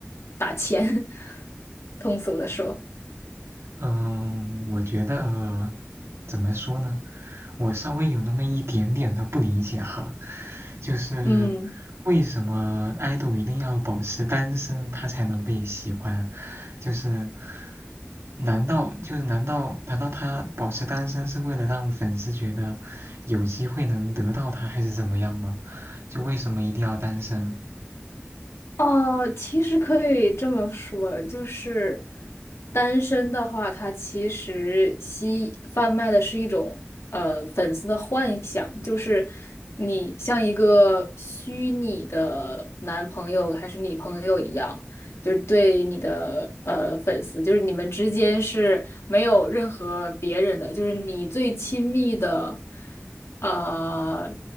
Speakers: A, on the left (about 85°); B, on the right (about 90°).
A: 打钱，<laughs> 通俗的说，
B: 嗯，我觉得怎么说呢？我稍微有那么一点点的不理解哈，就是为什么爱豆一定要保持单身，
A: 嗯。
B: 他才能被喜欢？就是难道就是难道难道他保持单身是为了让粉丝觉得有机会能得到他，还是怎么样吗？就为什么一定要单身？
A: 哦，其实可以这么说，就是单身的话，它其实吸贩卖的是一种呃粉丝的幻想，就是你像一个虚拟的男朋友还是女朋友一样，就是对你的呃粉丝，就是你们之间是没有任何别人的，就是你最亲密的，呃，